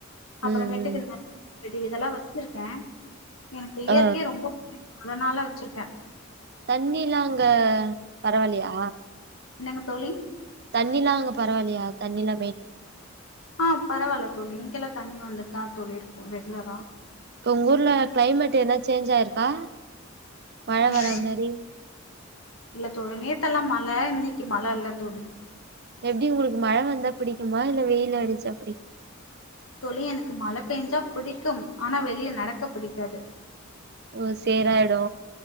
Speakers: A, on the left; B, on the right.
A: அப்பறமேட்டுக்கு
B: ம் ம்
A: நெ செடி இதெல்லா வச்சிருக்கே எனக்கு இயற்கை
B: ஆ
A: ரொம்ப அதனால வச்சுருக்கே
B: தண்ணிலா அங்க பரவால்லியா
A: என்னங்க தோழி
B: தண்ணில்லா அங்க பரவால்லியா தண்ணில்லா மே
A: ஆ பரவால்ல தோழி இங்கல்லா தண்ணி வந்துட்டு தா தோழி இருக்கு ரெகுலரா
B: இப்ப உங்க ஊர்ல கிளைமேட் எதனா சேஞ்ச் ஆயிருக்கா மழ
A: ம்
B: வர மேரி
A: இல்ல தோழி நேத்தெல்லா மழ இன்னைக்கு மழ இல்ல தோழி
B: எப்டி உங்களுக்கு மழ வந்தா பிடிக்குமா இல்ல வெயில் அடிச்சா பிடிக்
A: தோழி எனக்கு மழ பேஞ்சா பிடிக்கும் ஆனா வெளிய நடக்க பிடிக்காது
B: ஓ சேராயிடு